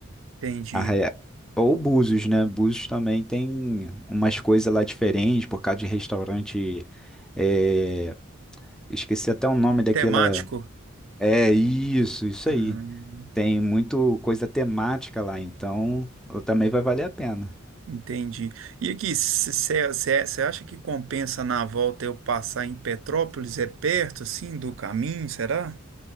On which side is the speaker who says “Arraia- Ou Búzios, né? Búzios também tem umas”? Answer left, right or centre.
Centre